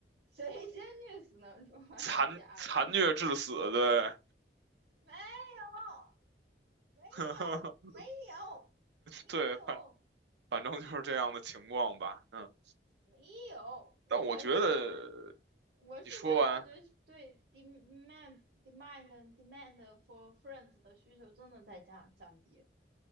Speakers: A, on the right (about 60°); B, on the right (about 80°).
A: 谁先虐死能说话的家人？
B: 残残虐致死，对，
A: 没有，没有，
B: <laughs>
A: 没有，没有，
B: 对，反反正就是这样的情况吧，嗯。
A: 没有，我是
B: 但我觉得
A: 我是真的对对
B: 你说完，
A: demand demand d demand for friends 的需求真的在降降低。